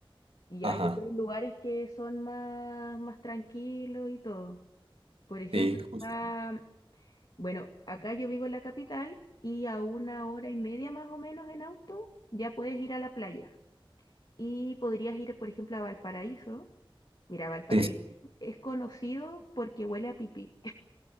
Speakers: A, on the left; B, on the right.
A: y
B: Ajá,
A: hay otros lugares que son más, más tranquilos y todo. Por ejemplo,
B: sí, justo.
A: acá- bueno, acá yo vivo en la capital y a una hora y media más o menos en auto ya puedes ir a la playa. Y podrías ir, por ejemplo, a Valparaíso. Mira, Valparaíso
B: Sí, sí.
A: es conocido porque huele a pipí.